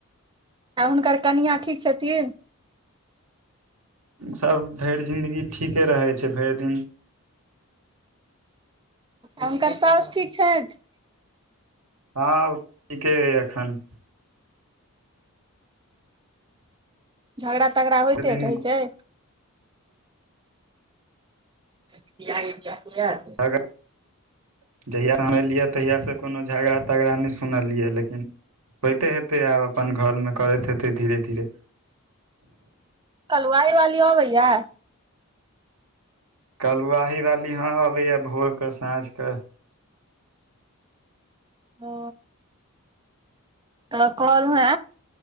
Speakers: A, on the right; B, on the right.
A: आ हुनकर कनिआँ ठीक छथिन?
B: सब भरि जिंन्दगी ठीके रहै छैय भरि जिन
A: हुनकर सासु ठीक छैथ?
B: हँ ओ ठीके अइ एखन।
A: झगड़ा तगड़ा होइते
B: भरि दिन
A: होइत छैय? <unintelligible>
B: झगड़ा जहिया हम एलियै तहियासँ कोनो झगड़ा तगड़ा नहि सुनलियै लेकिन होइते हेतै आब अपन घरमे करैत हेतै धीरे धीरे।
A: कलवाइ वाली आबैया?
B: कलुआही वाली हाँ अबैया भोरकेऽ साँझकेऽ।
A: ओ त कहलहू ह